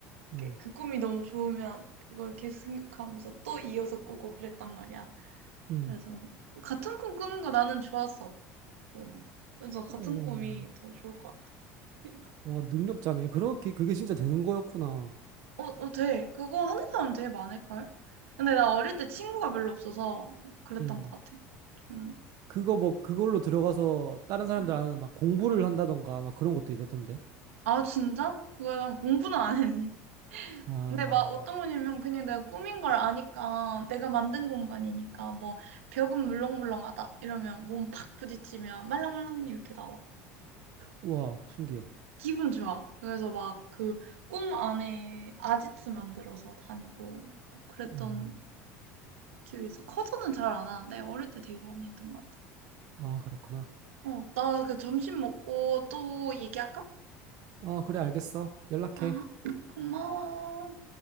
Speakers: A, on the right (about 60°); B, on the right (about 85°).
A: 음,
B: 이렇게 그 꿈이 너무 좋으면 그걸 계속 생각하면서 또 이어서 꾸고 그랬단 말이야.
A: 음.
B: 그래서 같은 꿈 꾸는 거 나는 좋았어. 음. 그래서 같은
A: 오,
B: 꿈이 더 좋을 것 같아. <laughs>
A: 와, 능력자네. 그렇게, 그게 진짜 되는 거였구나.
B: 어, 어, 돼. 그거 하는 사람 되게 많을걸? 근데 나 어릴 때 친구가 별로 없어서 그랬던
A: 음.
B: 것 같아. 음.
A: 그거 뭐, 그걸로 들어가서 다른 사람들
B: 음.
A: 아는 막 공부를 한다던가 막 그런 것도 있었던데.
B: 아, 진짜? 그거 난 공부는 안 했네.
A: 아,
B: 근데 막 어떤 거냐면 그냥 내가 꾸민 걸 아니까 내가 만든 공간이니까 뭐 벽은 물렁물렁하다 이러면 몸 팍 부딪히면 말랑말랑 이렇게 나와.
A: 와, 신기해.
B: 기분 좋아. 그래서 막 그 꿈 안에 아지트 만들어서 다니고 뭐 그랬던
A: 음.
B: 기억이 있어. 커서는 잘 안 하는데 어릴 때 되게 많이 했던 것 같아.
A: 아, 그렇구나.
B: 어, 나 그 점심 먹고 또 얘기할까?
A: 어, 그래, 알겠어. 연락해.
B: 아, 고마워.